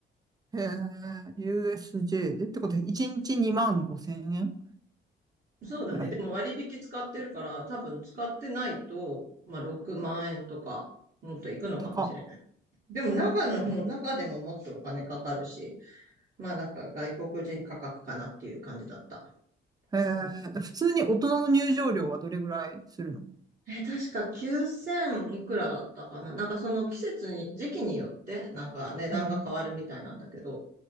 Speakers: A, on the right; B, on the right.
A: へえ、USJ でってことで、1日2万5千円
B: そうだね。
A: ぐらい。
B: でも割引使ってるから、多分使ってないと、まあ6万円とか、もっといくのかもしれない。
A: 高っ。
B: でも中の方、中でももっとお金かかるし、まあなんか外国人価格かなっていう感じだった。
A: へえ、
B: うん
A: 普通に大人の入場料はどれぐらいするの
B: え、確か9000いくらだったかな。なんかその季節に、時期によって、なんか値段が変わるみたいなんだけど、
A: うん。